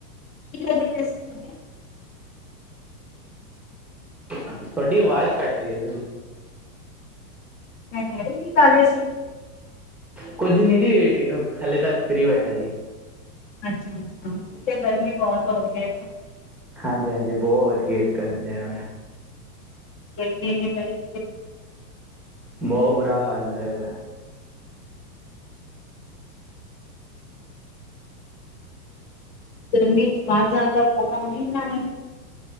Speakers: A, on the left; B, in the centre.
A: ਠੀਕ
B: ਤੁਹਾਡੀ ਆਵਾਜ਼ ਕੱਟ ਰਹੀ ਥੋੜ੍ਹੀ
A: ਮੈਂ ਕਹਿ ਰਹੀ ਕੀ ਕਰ ਰਹੇ ਸੀ
B: ਕੁੱਝ ਨੀ ਜੀ ਹਲੇ ਤੇ ਫ੍ਰਰੀ ਬੈਠਾ ਜੀ
A: ਅੱਛਾ ਅੱਛਾ ਇਥੇ ਗਰਮੀ ਬਹੁਤ ਹੋ ਗਈ
B: ਹਾਂਜੀ ਹਾਂਜੀ ਬਹੁਤ ਵਧੀਆ ਗਰਮੀ ਤੇ ਹੁਣ
A: ਗਰਮੀ ਐਨੀ ਸਾਰੀ ਹ
B: ਬਹੁਤ ਬੁਰਾ ਹਾਲ ਹੋਇਆ ਪਿਆ
A: ਗਰਮੀ <inaudible>